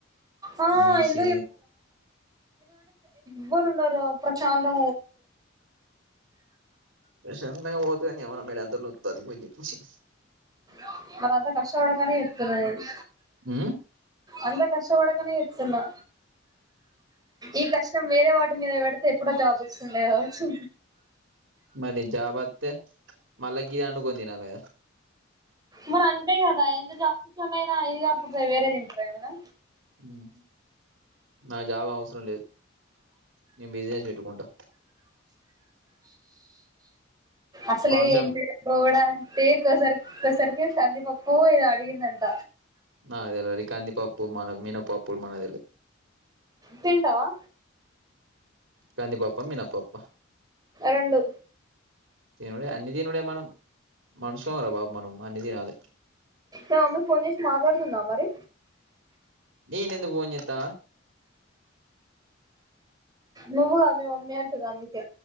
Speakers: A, on the right; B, on the right.
A: ఆ
B: ఈ
A: ఎందుకు
B: చే
A: ఎబరు ఉన్నారు అప్పుశాంతంగా
B: షంతంగా పొతాం అ మేడ ాది కొచి
A: అ అల కష్టవుడకనేే ఎతుదు నెను
B: ఉమ్
A: అంత కష్టపడకనే చెప్తున్నా ఈ కష్టం వేరే వాటి మీద పెడితే ఎప్పుడో జాబ్ు వచ్చిండే కావచ్చు
B: మరి జాబత్తే మళ్ళా గ ఇది వండుకొని తినాల కదా
A: మరి అంతే కదా ఎంత జాబ్ వచ్చినోడు అయినా ఇదే ఫుడ్ ఏ వేరే తింటారా ఏమన్నా
B: ఉమ్ నాకు జాబ్ అవసరం లేదు నేను బిజినెస్ పెట్టుకుంటా
A: అసలే
B: పాన్ షాప్
A: ఏం <unintelligible> పే కసార్ కసర్కే కంది పప్పు ఏదో అడిగిందంట
B: నాకు తెలవదు కంది పప్పు మన మినపప్పు మనకు తెల్వదు
A: తింటావా
B: కందిపప్పా మినపప్పా
A: రెండు
B: తినుడే అన్ని తినుడే మనం మనుశాం రా బాబు మనం అమ్మా అన్ని తినాలే
A: మీ మమ్మీ ఫోన్ చేసి మాట్లాడుతుందా మరి
B: నేనెందుకు ఫోన్ చేత్తానా
A: నువ్వు కాదు మీ మమ్మీ అంటున్న అందుకే